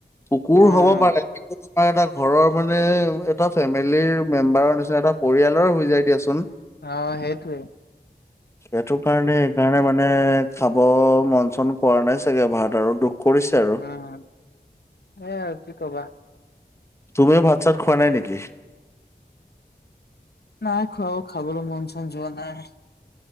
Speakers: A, on the left; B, on the left.
A: কুকুৰ
B: উম,
A: হব পাৰে কিন্তু এটা ঘৰৰ মানে এটা ফেমিলিৰ মেম্বাৰৰ নিচিনা এটা পৰিয়ালৰ হৈ যায় দিয়াচোন
B: অ হেইটোৱে
A: সেইটো কাৰণে সেইকাৰণে মানে খাব মন চন কৰা নাই চাগে ভাত আৰু দুখ কৰিছে আৰু।
B: উম এ কি কবা
A: তুমিও ভাত চাত খোৱা নাই নেকি‌‌?
B: নাই খোৱাও খাবলৈ মন চন যোৱা নাই